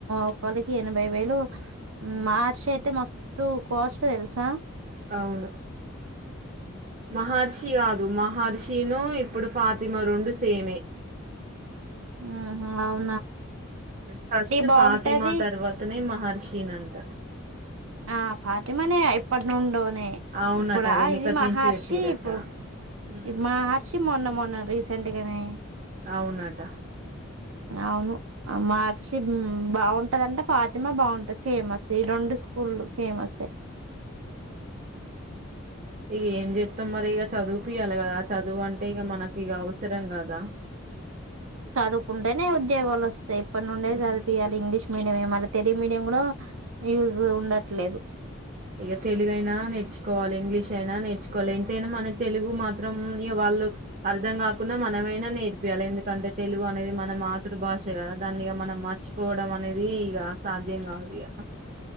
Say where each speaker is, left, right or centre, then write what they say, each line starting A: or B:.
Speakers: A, on the right; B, on the right.
A: ఒకరికి ఎనభై వేలు మార్చి అయితే మ తూ కాస్ట్ తెలుస
B: అవును మహర్షి కాదు మహర్షిను ఇప్పుడు ఫాతిమ రెండు సేమే
A: ఊహు
B: ఫస్ట్
A: బాగుంటది
B: ఫాతిమా తర్వాతనే మహర్షినింట
A: ఆ ఫాతిమనే ఇప్పటి నుండో నే
B: అవునట
A: ఇప్పుడా
B: అది వెనకటి
A: ఇది మహర్షి
B: నుంచి పెట్టిరట
A: ఇప్పుడు
B: ఉమ్,
A: మహర్షి మొన్న మొన్న రీసెంట్ గానే
B: అవునట
A: అవును మార్చి ఉం బావున్ టదంటే ఫాతిమా బావుంటది ఫేమస్ ఈ రెండు ఫుల్లు ఫేమస్సే
B: ఇగ ఏం చేత్తం మరి ఇక చదువుపియ్యాలి కదా చదువు అంటే ఇగ మనకిగ అవసరం కదా
A: చదువుకుంటేనే ఉద్యోగాలు వస్తాయి ఇప్పటి నుండే
B: ఉమ్.
A: చదివిపియ్యాలి ఇంగ్లీష్ మీడియం ఏ మల్ల తెలుగు మీడియం కూడా యూజ్ ఉండట్లేదు
B: ఇగ తెలుగైనా నేర్చుకోవాలి ఇంగ్లీష్ అయినా నేర్చుకోవాలి ఎంతైనా మన తెలుగు మాత్రం ఇక వాళ్ళు అర్థం కాకున్నా మనమైనా నేర్పియ్యాలి ఎందుకంటే తెలుగు అనేది మన మాతృభాష కదా దాన్నిగ మనం మర్చిపోవడం అనేది ఇగ సాధ్యం కాదిగ